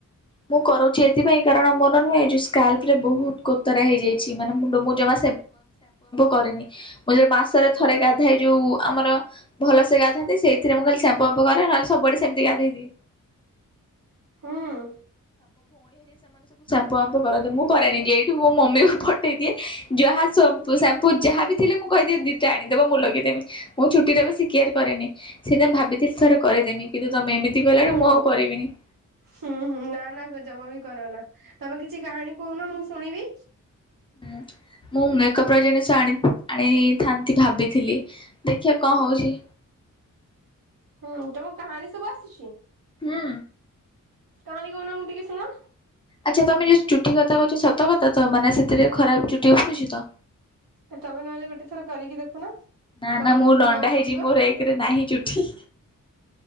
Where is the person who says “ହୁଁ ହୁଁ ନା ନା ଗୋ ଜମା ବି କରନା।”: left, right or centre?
Right